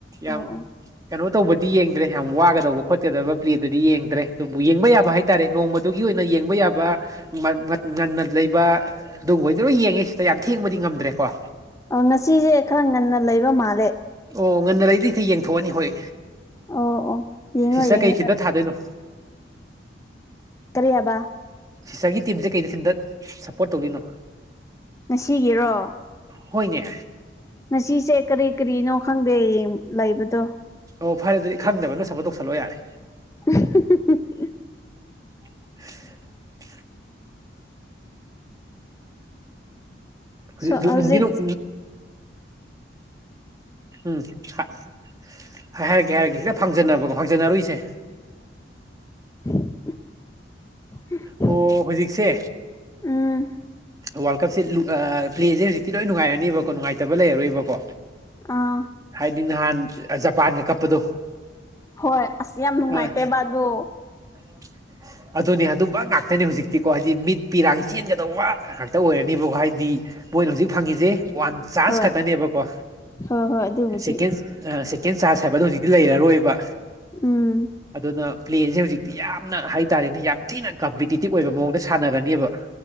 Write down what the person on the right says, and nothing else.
ꯌꯥꯝ
ꯀꯅꯣ ꯇꯧꯕꯗꯤ ꯌꯦꯡꯗ꯭ꯔꯦ ꯌꯥꯝ ꯋꯥꯒꯗꯧꯕ ꯈꯣꯠꯀꯗꯕ ꯄ꯭ꯂꯦꯗꯨꯗꯤ ꯌꯦꯡꯗ꯭ꯔꯦ ꯑꯗꯨꯕꯨ ꯌꯦꯡꯕ ꯌꯥꯕ ꯍꯥꯏꯇꯥꯔꯦ ꯅꯣꯡꯃꯗꯨꯒꯤ ꯑꯣꯏꯅ ꯌꯦꯡꯕ ꯌꯥꯕ ꯉꯟꯅ ꯂꯩꯕ ꯑꯗꯨꯕꯨ ꯑꯣꯏꯗꯤ ꯂꯣꯏ ꯌꯦꯡꯉꯤ ꯁꯤꯁꯗ ꯌꯥꯝ ꯊꯦꯡꯕꯗꯤ ꯉꯝꯗ꯭ꯔꯦꯀꯣ
ꯑꯣ ꯉꯟꯅ ꯂꯩꯗꯤ ꯇ ꯌꯦꯡꯊꯣꯛꯑꯅꯤ ꯍꯣꯏ
ꯁꯤꯁꯇ
ꯀꯩ ꯊꯤꯟꯗ ꯊꯥꯗꯣꯏꯅꯣ
ꯁꯤꯁꯇꯒꯤ ꯇꯤꯝꯖꯦ ꯀꯩꯗ ꯊꯤꯟꯗ ꯄꯣꯠ ꯇꯧꯒꯤꯅꯣ
ꯍꯣꯏꯅꯦ
ꯑꯣ ꯐꯔꯦ ꯗꯨꯗꯤ ꯈꯪꯗꯕꯅ ꯁꯕꯣꯠ ꯇꯧꯁꯜꯂꯣ ꯌꯥꯔꯦ
<inaudible> ꯍꯨꯖꯤꯛ
ꯅꯨꯡꯗꯤ ꯅꯨꯡ ꯎꯝ ꯍꯥꯏ ꯍꯥꯏꯔꯒꯦ ꯍꯥꯏꯔꯒꯦ ꯈꯤꯇ ꯐꯥꯡꯖꯟꯅꯕꯀꯣ ꯐꯥꯡꯖꯟꯅꯔꯣꯏꯁꯦ
ꯑꯣ ꯍꯨꯖꯤꯛꯁꯦ
ꯋꯥꯔꯜ ꯀꯞꯁꯦ ꯂꯨ ꯑꯥ ꯄ꯭ꯂꯦꯖꯦ ꯍꯧꯖꯤꯛꯇꯤ ꯂꯣꯏ ꯅꯨꯡꯉꯥꯏꯔꯅꯤꯕꯀꯣ ꯅꯨꯡꯉꯥꯏꯇꯕ ꯂꯩꯔꯔꯣꯏꯕꯀꯣ
ꯍꯥꯏꯗꯤ ꯅꯍꯥꯟ ꯖꯄꯥꯟꯒ ꯀꯞꯄꯗꯣ
ꯑ
<inaudible> ꯑꯗꯨꯅꯦ ꯑꯗꯨꯝꯕ ꯉꯥꯛꯇꯅꯦ ꯍꯧꯖꯤꯛꯇꯤꯀꯣ ꯍꯥꯏꯗꯤ ꯃꯤꯠ ꯄꯤꯔꯥꯡ ꯆꯦꯟꯒꯗꯧꯕ ꯉꯥꯛꯇ ꯑꯣꯏꯔꯅꯤꯕꯀꯣ ꯍꯥꯏꯗꯤ ꯃꯣꯏꯅ ꯍꯧꯖꯤꯛ ꯐꯪꯉꯤꯁꯦ ꯋꯥꯟ ꯆꯥꯟꯁ
ꯈꯛꯇꯅꯦꯕꯀꯣ
ꯁꯦꯀꯦꯟ ꯑꯥ ꯁꯦꯀꯦꯟ ꯆꯥꯔꯖ ꯍꯥꯏꯕꯗꯣ ꯍꯧꯖꯤꯛꯇꯤ ꯂꯩꯔꯔꯣꯏꯕ
ꯑꯗꯨꯅ ꯄ꯭ꯂꯦꯟꯁꯦ ꯍꯧꯖꯤꯛꯇꯤ ꯌꯥꯝ ꯅ ꯍꯥꯏ ꯇꯔꯦꯅꯦ ꯌꯥꯝ ꯊꯤꯅ ꯀꯝꯄꯤꯇꯤꯇꯤꯚ ꯑꯣꯏꯕ ꯃꯑꯣꯡꯗ ꯁꯥꯟꯅꯔꯅꯤꯕ꯫